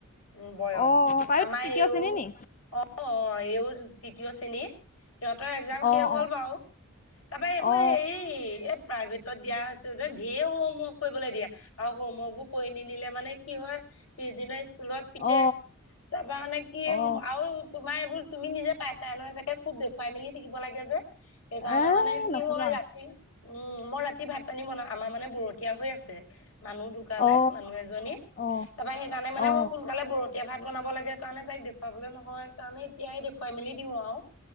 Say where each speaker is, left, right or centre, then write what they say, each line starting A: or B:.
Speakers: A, on the left (about 70°); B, on the left (about 35°).
A: উম, বয়স
B: অ অ তাইও
A: আমাৰ
B: তৃতীয়
A: এইওঁ
B: শ্ৰেণী নি
A: অ', অ' এইওঁ তৃতীয় শ্ৰেণীৰ সিহঁতৰ একজাম
B: অ
A: শেষ হল
B: অ
A: বাৰু। তাৰপৰা এইবোৰ
B: অ
A: হে এই প্ৰাইভেটত দিয়া হৈছে যেন ঢেৰ হম হৱৰ্ক কৰিবলৈ দিয়া আৰু হোমৱৰ্ক বো কৰি নিনিলে মানে কি হয় পিছদিনা ফুলত পিতে
B: অ
A: তাৰ পৰা মানে কি
B: অ
A: আৰু তোমাৰ এইবোৰ তুমি নিজে পাইছা নহয় চাগে খুব দেখুৱাই মেলি থাকিব লাগে যে। সেইকাৰণে
B: এ
A: মানে কি
B: নকবা
A: হয় ৰাতি উম মই ৰাতি ভাত পানী বনাওঁ, আমাৰ মানে বৰতীয়া হৈ আছে। মানুহ ধুকালে,
B: অ
A: মানুহ এজনী।
B: অ অ
A: তাৰপৰা সেইকাৰণে মানে
B: অ
A: মই সোনকালে বৰতীয়া ভাত বনাব লাগে কাৰণে তাইক দেখুৱাবলৈ নহয়। কাৰণে এতিয়াই দেখুৱাই মেলি দিওঁ আৰু।